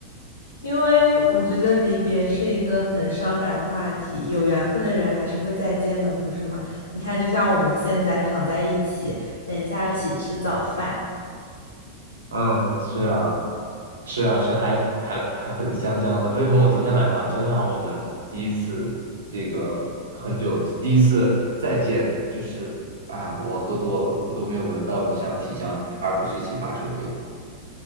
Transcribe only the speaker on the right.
嗯，是啊。是啊，是还还还很香香的。为什么我昨天晚上，昨天晚上我们第一次这个很久，第一次再见，就是哎呀，我喝多了，我都没有闻到你身上体香，而不是洗发水的味道，